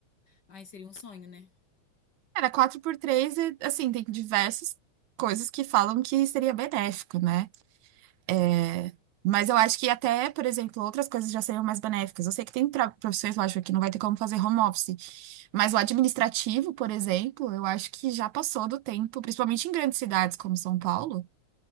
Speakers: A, on the left (about 40°); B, on the right (about 75°).
A: Ai, seria um sonho, né?
B: Era quatro por três e, assim, tem diversas coisas que falam que seria benéfico, né? É, Mas eu acho que até, por exemplo, outras coisas já seriam mais benéficas. Eu sei que tem tra- profissões, lógico, que não vai ter como fazer home office. Mas o administrativo, por exemplo, eu acho que já passou do tempo, principalmente em grandes cidades como São Paulo.